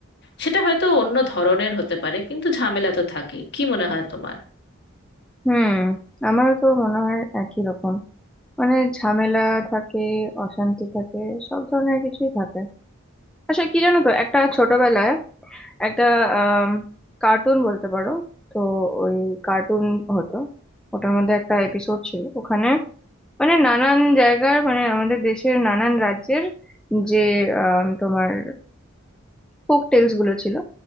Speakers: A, on the left; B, in the centre.
A: সেটা হয়তো অন্য ধরনের হতে পারে কিন্তু ঝামেলা তো থাকেই কি মনে হয় তোমার
B: হুম আমারও তো মনে হয় একই রকম মানে ঝামেলা থাকে অশান্তি থাকে সব ধরনের কিছুই থাকে আসলে কি জানো তো একটা ছোটবেলায় একটা আহ কার্টুন বলতে পারো তো ওই কার্টুন হতো ওটার মধ্যে একটা এপিসোড ছিল ওখানে মানে নানান জায়গার মানে আমাদের দেশের নানান রাজ্যের যে আম, তোমার ফোক টেলস গুলো ছিল